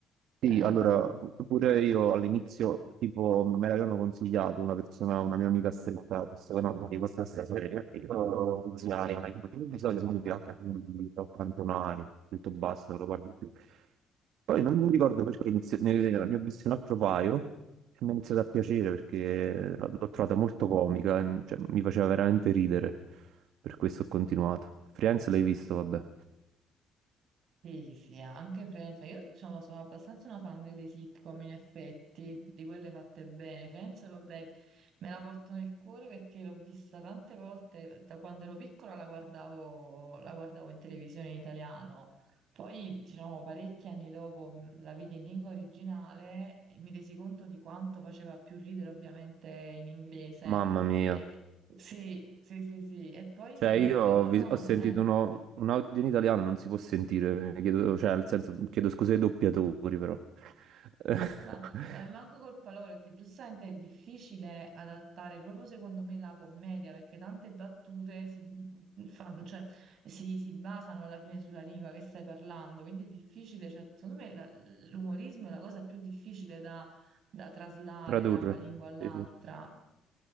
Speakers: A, on the right (about 60°); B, on the right (about 75°).
A: eh,
B: Sì, allora, pu- pure io all'inizio, tipo, me l'avevano consigliato una persona, una mia amica stretta, che secondo me di questa serie, e io consigliare, ma i episodi sono pirata, quindi ho cantonati, ho detto basta, non lo guardo più. Poi non mi ricordo perché inizio- ne, ne ho visto un altro paio e mi è iniziato a piacere perché l'ho trovata molto comica, e, cioè, mi faceva veramente ridere, per questo ho continuato. Friends l'hai visto, vabbè.
A: Sì, sì, sì, anche Friends, ma io sono, sono abbastanza una fan delle sitcom in effetti, di quelle fatte bene. Friends, vabbè, me la porto nel cuore perché l'ho vista tante volte, da quando ero piccola la guardavo, la guardavo in televisione in italiano. Poi, diciamo, parecchi anni dopo mh, la vidi in lingua originale e mi resi conto di quanto faceva più ridere ovviamente in inglese.
B: Mamma mia.
A: Eh, sì, sì, sì, sì. E poi
B: Cioè,
A: secondo
B: io
A: me
B: ho,
A: loro...
B: vi-
A: hanno
B: ho sentito uno- un audio in italiano, non si può sentire, chiedo, cioè, nel senso, chiedo scusa ai doppiatori, però. <laughs>
A: Ma eh, manco col palore, perché giustamente è difficile adattare proprio secondo me la commedia, perché tante battute si, mm, fanno, cioè, si, si basano alla fine sulla lingua che stai parlando, quindi è difficile, cioè, secondo me la- l'umorismo è la cosa più difficile da, da traslare
B: Tradurre.
A: da una lingua all'altra.
B: Sì, sì.